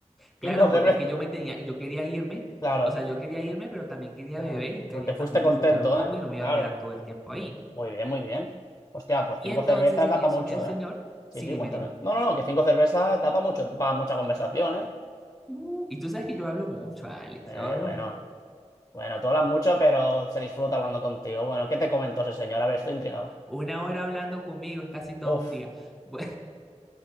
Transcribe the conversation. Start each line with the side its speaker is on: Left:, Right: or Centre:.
Centre: Claro,
Left: Cinco
Centre: porque
Left: <laughs> cervezas.
Centre: es que yo me tenía, yo quería irme,
Left: Claro.
Centre: o sea, yo quería irme, pero también quería
Left: Ah,
Centre: beber y quería
Left: Pues te fuiste
Centre: también
Left: contento,
Centre: disfrutar un poco
Left: ¿eh?
Centre: y no me
Left: Claro.
Centre: iba a quedar todo el tiempo ahí.
Left: Muy bien, muy bien. Hostia, pues
Centre: Y
Left: cinco
Centre: entonces
Left: cervezas
Centre: en
Left: da
Centre: eso
Left: pa' mucho,
Centre: el señor,
Left: ¿eh? Sí,
Centre: sí,
Left: sí,
Centre: dime,
Left: cuéntame.
Centre: dime.
Left: No, no, no, que cinco cervezas da pa' mucho, para mucha conversación, ¿eh?
Centre: Uh, y tú sabes que yo hablo mucho, Alex,
Left: Eh,
Centre: yo hablo
Left: bueno.
Centre: mucho.
Left: Bueno, tú hablas mucho, pero se disfruta hablando contigo. Bueno, ¿qué te comentó ese señor? A ver, estoy intrigado.
Centre: Una hora hablando conmigo es casi todo
Left: Uf.
Centre: un día. Bu-